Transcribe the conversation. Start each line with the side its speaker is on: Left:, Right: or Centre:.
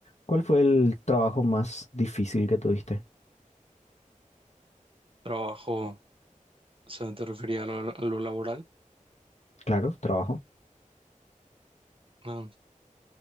Left: ¿Cuál fue el trabajo más difícil que tuviste?
Right: trabajo, o sea, te refería a lo, a lo laboral.
Left: Claro, trabajo.
Right: Ah,